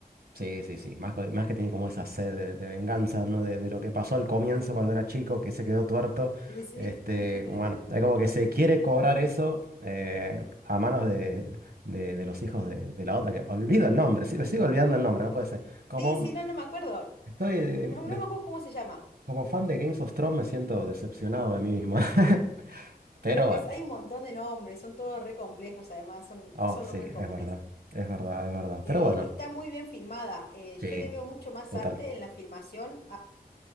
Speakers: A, on the right; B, on the left.
A: sí, sí, sí. Más, que- más que tiene como esa sed de, de venganza, ¿no? De, de lo que pasó al comienzo cuando era chico, que se quedó tuerto.
B: Sí, sí.
A: Este,
B: <laughs>
A: como, bueno, es como que se quiere cobrar eso eh, a manos de, de- de los hijos de, de la otra, que olvido el nombre, sí, me sigo olvidando el nombre, no puede ser. Como
B: Sí, sí, no, no me acuerdo,
A: estoy...
B: no, no me acuerdo cómo se llama,
A: Como fan de Games of Thrones me siento decepcionado de mí mismo. <laughs> Pero
B: pero es
A: bueno.
B: que hay un montón de nombres, son todos re complejos además, son,
A: Oh,
B: no son
A: sí,
B: nombres
A: es
B: comunes.
A: verdad. Es verdad, es verdad.
B: Eh,
A: Pero bueno,
B: está muy bien filmada, eh,
A: sí,
B: yo le veo mucho más
A: total.
B: arte en la filmación